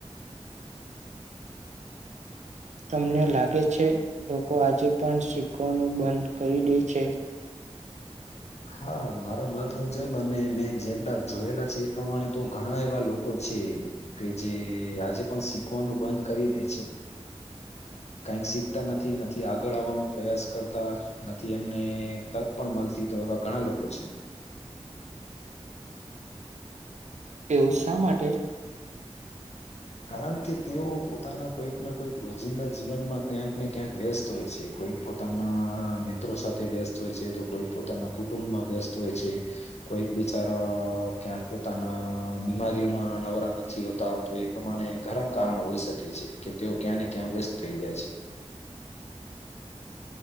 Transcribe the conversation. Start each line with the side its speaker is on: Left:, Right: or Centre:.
Right: તમને લાગે છે લોકો આજે પણ શીખવાનું બંધ કરી દે છે?
Left: હા મારા મત મુજબ અને મેં જેટલા જોયેલા છે, એ પ્રમાણે તો ઘણા એવા લોકો છે, કે જે આજે પણ શીખવાનું બંધ કરી દે કક શીખતા નથી નથી આગળ આવવાનો પ્રયાસ કરતા નથી એમને તક પણ મળતી તો એવા ઘણા લોકો છે,
Right: એવું શા માટે?
Left: કારણ કે તેઓ પોતાના કોઈક ના કોઈક રોજિંદા જીવનમાં ક્યાંક ને ક્યાંક વ્યસ્ત હોય છે, કોઈક પોતાના મિત્રો સાથે વ્યસ્ત હોય છે તો કોઈક પોતાના કુટુંબમાં વ્યસ્ત હોય છે, કોઈક બિચારા ક્યાંક પોતાના બીમારીઓમાં નવરા નથી હોતા તો પ્રમાણે ઘરા કારણ હોઈ શકે છે કે તેઓ ક્યાં ને ક્યાં વ્યસ્ત થઈ જાય છે.